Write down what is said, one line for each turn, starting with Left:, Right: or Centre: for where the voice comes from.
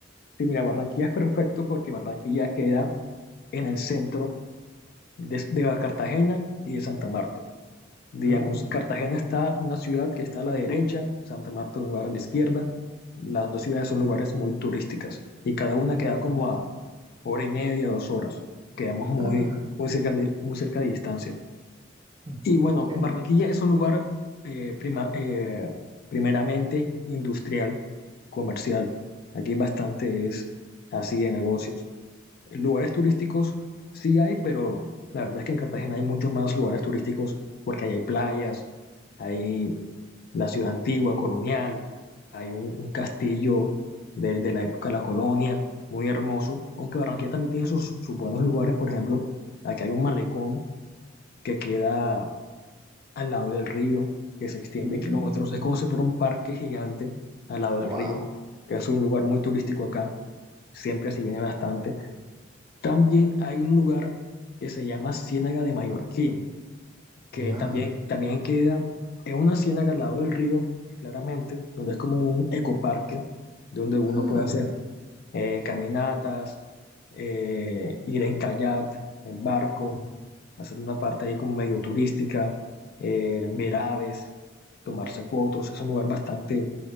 Left: Sí, mira, Barranquilla es perfecto porque Barranquilla queda en el centro de, de Cartagena y de Santa Marta. Digamos,
Right: Ah,
Left: Cartagena está una ciudad que está a la derecha, Santa Marta un lugar a la izquierda. Las dos ciudades son lugares muy turísticas y cada una
Right: mm,
Left: queda como a hora y media, dos horas. Quedamos muy,
Right: ah,
Left: muy cerca de, muy cerca de distancia.
Right: mm,
Left: Y bueno,
Right: genial.
Left: Barranquilla es un lugar eh, prima- eh, primeramente industrial, comercial. Aquí bastante es así de negocios. Lugares turísticos sí hay, pero la verdad es que en Cartagena hay muchos más lugares turísticos porque ahí hay playas, hay la ciudad antigua, colonial, hay un, un castillo de, de la época de la colonia, muy hermoso, aunque Barranquilla también tiene sus, sus buenos lugares, por ejemplo, aquí hay un malecón que queda al lado del río, que se extiende
Right: Mm.
Left: kilómetros, es como si fuera un parque gigante al lado del
Right: wow,
Left: río, que es un lugar muy turístico acá, siempre se viene bastante. También hay un lugar que se llama Ciénaga de Mallorquín, que
Right: ya.
Left: también, también queda en una ciénaga al lado del río, claramente, donde es como un ecoparque, donde uno
Right: Ah.
Left: puede hacer eh, caminatas, eh, ir en kayak, en barco,
Right: Mm,
Left: hacer una parte ahí como medio turística, eh, ver
Right: mm,
Left: aves, tomarse fotos, es un lugar bastante